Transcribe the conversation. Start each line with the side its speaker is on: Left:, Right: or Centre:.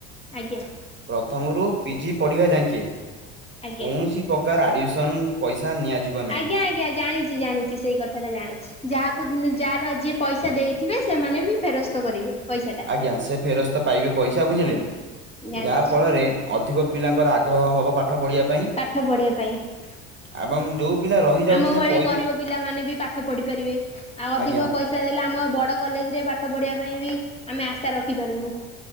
Left: ଆଜ୍ଞା।
Right: ପ୍ରଥମରୁ ପିଜି ପଢିବା ଯାଙ୍କେ
Left: ଆଜ୍ଞା
Right: କୌଣସି ପକାର ଆଡମିସନ ପଇସା ନିଆଯିବନି।
Left: ଆଜ୍ଞା ଆଜ୍ଞା ଜାଣିଚି ଜାଣିଚି। ଯେ ସେଇ କଥାଟା ଜାଣିଛି ଯାହାକୁ ଯାହାର ଯିଏ ପଇସା ଦେଇଥିବେ ସେମାନେ ବି ଫେରସ୍ତ କରିବେ। ପଇସାଟା।
Right: ଆଜ୍ଞା ସେ ଫେରସ୍ତ ପାଇବେ ପଇସା ବୁଝିଲେ
Left: ଆଜ୍ଞା ଜାଣିଛି
Right: ଯାହା ଫଳରେ ଅଧିକ ପିଲାଙ୍କର ଆଗ୍ରହ ହବ ପାଠ ପଢ଼ିବା ପାଇଁ।
Left: ପାଠ ପଢିବା ପାଇଁ।
Right: ଏବଂ ଯୋଉ ପିଲା ରହିଯାଉଥିଲେ
Left: ଆମ ଭଳି
Right: ପଇ
Left: ଗରିବ ପିଲାମାନେ ବି ପାଠ ପଢି ପାରିବେ ଆଉ ଅଧିକ
Right: ଆଜ୍ଞା
Left: ପଇସା ଚା ଦେଲେ ଆମ ବଡ଼ କଲେଜରେ ପାଠ ପଢ଼ିବା ପାଇଁ ବି ଆମେ ଆଶା ରଖିପାରୁନୁ।